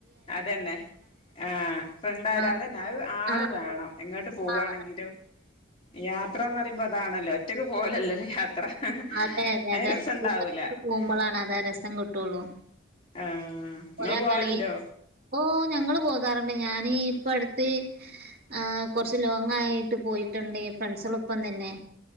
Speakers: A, on the left (about 30°); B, on the right (about 50°).
A: അതന്നെ ആഹ് <unintelligible>
B: ആഹ്
A: അതന്നെ അത് ആള്
B: ആഹ്
A: വേണം എങ്ങോട്ട് പോവാണെങ്കിലും
B: ആഹ്
A: യാത്രാന്നറിമ്പോ അതാണല്ലോ ഒറ്റയ്ക്ക് പോവലല്ലല്ലോ യാത്ര ഹ ഹ
B: അതെ അതെ
A: അഅ്
B: അതെ
A: രസണ്ടാവൂല
B: കൂട്ടത്തോടെ പോകുമ്പളാണ്
A: ഹ
B: അതാ രസം കിട്ടുള്ളൂ
A: ആ ഇങ്ങള്
B: ഓലാ
A: പോവല്ണ്ടോ?
B: കളി ഓ ഞങ്ങള് പോകാറുണ്ട് ഞാന് ഇപ്പ അടുത്ത് ആ കൊർച്ച് ലോങ് ആയിട്ട് പോയിട്ടുണ്ട് ഫ്രണ്ട്സളൊപ്പം തന്നെ